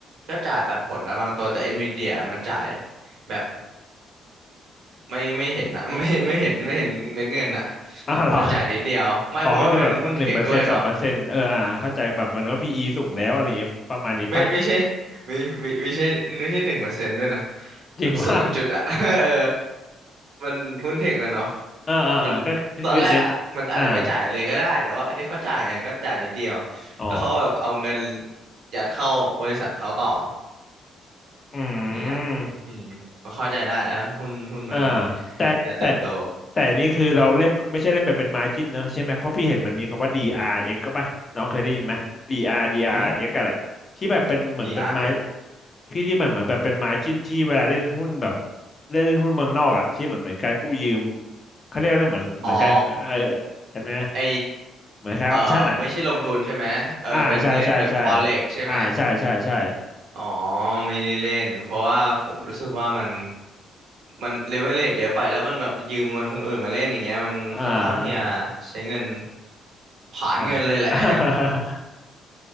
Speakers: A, on the right; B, on the left.
A: ก็จ่ายปันผลนะบางตัวแต่ NVIDIA มันจ่ายแบบไม่ไม่เห็นนะ <laughs> ไม่ไม่เห็นไม่เห็นเม็ดเงินอ่ะ
B: อ้าวเหรอ
A: มันจ่ายนิดเดียวไม่เพราะว่ามันหุ้นเทคด้วยเนาะ
B: อ๋อก็คือแบบหนึ่งเปอร์เซ็นต์สองเปอร์เซ็นต์เอออ่าเข้าใจแบบมันก็พีอีสูงแล้วอะไรอย่างเงี้ยประมาณนี้ปะ
A: ไม่ไม่ใช่ไม่ไม่ไม่ใช่ไม่ใช่หนึ่งเปอร์เซ็นต์ด้วยนะ
B: จริงว่า
A: มันศูนย์จุดอะ <laughs> เออมันหุ้นเทคกันเนาะ
B: <laughs> อ่าอ่าอ่าก็คือเน้นอ่า
A: มันตอนแรกอะมันอาจจะไม่จ่ายเลยก็ได้แต่ว่าอันนี้เขาจ่ายไงก็จ่ายนิดเดียว
B: อ๋อ
A: ก็เขาแบบเอาเงินยัดเข้าบริษัทเขาต่อ
B: อื
A: อย่างเงี้ย
B: ม
A: อืมก็เข้าใจได้นะหุ้นหุ้นมัน
B: อ่าแต่แต่
A: จะเติบโต
B: แต่นี่คือเราเล่นไม่ใช่เล่นแบบเป็น margin เนอะใช่ไหมเพราะพี่เห็นมันมีคำว่า DRX กซ์ก็ป่ะน้องเคยได้ยินไหม DR DRX
A: หึ
B: อาร์ดีอาร์เอ็กซ์อะไรที่แบบเป็นเหมือนเป็นมา
A: DRX อาร์เอ็กซ์
B: ที่ที่มันเหมือนแบบเป็น margin ที่เวลาเล่นหุ้นแบบเล่นเล่นหุ้นเมืองนอกอ่ะที่เหมือนเหมือนการกู้ยืมเขาเรียกว่าเหมือนเหมือนการเออ
A: อ๋อ
B: จำได้ไหม
A: ไอ
B: เหมือนคล้ายออปชั่นอ่ะ
A: เออไม่ใช่ลงทุนใช่ไหมเออเป็นเล่นแบบ
B: อ่าใช่ใช่ใช่
A: Forex ใช่ไหม
B: อ่าใช่ใช่ใช่
A: อ๋อไม่ได้เล่นเพราะว่าผมรู้สึกว่ามันมันเลเวลเลทเยอะไปแล้วมันแบบยืมเงินคนอื่นมาเล่นอย่างเงี้ยมันค่อนข้างที่จะใช้เงิน
B: อ่า
A: ผลาญเงินเลยแหละ
B: อ่า <laughs>